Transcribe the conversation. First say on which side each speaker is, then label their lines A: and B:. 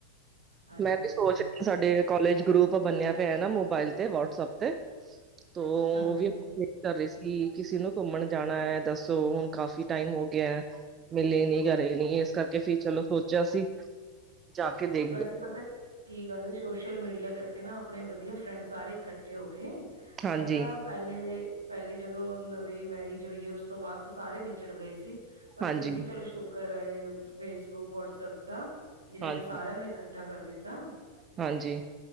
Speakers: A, on the right (about 80°); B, on the right (about 25°).
A: ਹਾਂਜੀ
B: ਮੈਂ ਵੀ
A: ਹਾਂਜੀ
B: ਸੋਚ ਸਾਡੇ ਕੋਲਜ ਗਰੁੱਪ ਬਨੇਆ ਪੇਆ ਨਾ ਮੋਬਾਇਲ ਤੇ ਵਟਸਐਪ ਤੇ ਤੋ ਓ
A: ਹਾਂਜੀ
B: ਵੀ <unintelligible> ਕਰ ਰਏ ਸੀ ਕਿਸੀ ਨੂੰ ਘੁੰਮਨ ਜਾਨਾ ਐ ਦੱਸੋ ਹੁਨ ਕਾਫ਼ੀ ਟੈਮ ਹੋ ਗੇਆ ਮਿਲੇ ਨੀ ਕਰੇ ਨੀ ਏਸ ਕਰਕੇ ਫਿਰ ਚਲੋ ਸੋਚੇਆ ਸੀ ਜਾ ਕੇ ਦੇਖ
A: ਵੈਸੇ ਪਤਾ ਕੀ ਗੱਲ ਐ ਸੋਸ਼ਲ ਮੀਡੀਆ ਕਰਕੇ ਨਾ ਆਪਣਨੇ ਵਦੀਆ ਫਰੈਂਡ ਸਾਰੇ ਇਕੱਠੇ ਹੋ ਗਏ।
B: ਹਾਂਜੀ।
A: ਪਤਾ ਪੈਲੇ-ਪੈਲੇ ਜਦੋਂ ਨਵੀਂ ਮੈਰਿਜ ਹੋਈ ਏ ਉਸ ਤੋਂ ਬਾਦ ਤਾਂ ਸਾਰੇ ਵਿਛੜ ਗਏ ਸੀ। ਪਰ
B: ਹਾਂਜੀ,
A: ਫੇਰ ਵੀ ਚਲੋ ਸ਼ੁਕਰ ਆਏ ਫੇਸਬੁੱਕ ਵਟਸਐਪ ਦਾ ਜਿਨਾਂ
B: ਹਾਂਜੀ,
A: ਨੇ ਸਾਨੂੰ ਇਕੱਠਾ ਕਰ ਦਿੱਤਾ।
B: ਹਾਂਜੀ।